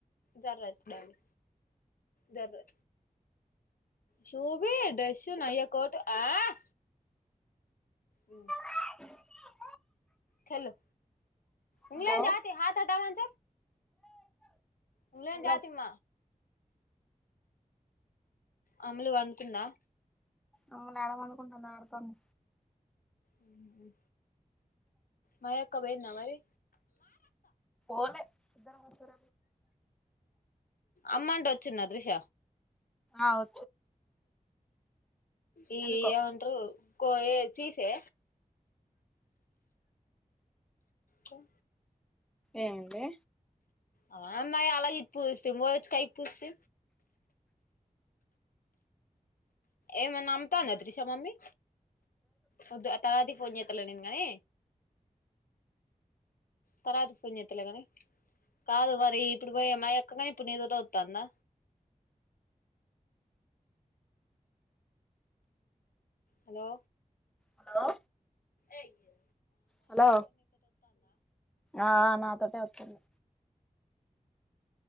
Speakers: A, on the left; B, in the centre.
A: జర్ర డాలు జర్రా షూబి డ్రెస్సు నయ్య కోట్ ఆహ్ హ్మ్
B: ఆ
A: కెళ్ళు ఇంగ్లాన్
B: హలో
A: జాతి హతటవన్ ఇంగ్లన్
B: హలో
A: జాతిమ అమ్ములు ఒనుకుంద
B: అమ్ముల్ ఎడ ఒడుకుంటాది ఆడతాని
A: అమ్మ మయక్కబొయింద మరి
B: పోల్లే ఇద్దరం వస్తార
A: అమ్మంట వచ్చింద త్రిష
B: అవు
A: ఈ
B: ఎందుకో
A: ఏమంటారు కో ఏ సీసే క
B: ఏంది
A: ఆ అమ్మాయి అలాగ ఇది పూస్తే మోచ్చు కాయకి పూస్తే ఈమె నమతా నా ద్రిస్ మమ్మీ వద్దు ఆ తర్వాతి ఫోన్ చేస్తలే నేను కాని తర్వాత ఫోన్ చెత్తలెగానీ కాదు మరి ఇప్పుడు పోయ మా అక్కగానీ ఇప్పుడు నీతోటి వత్తాందా హలో
B: హలో
A: అయ్యో
B: హలో ఆ నా తోటే వత్తుంది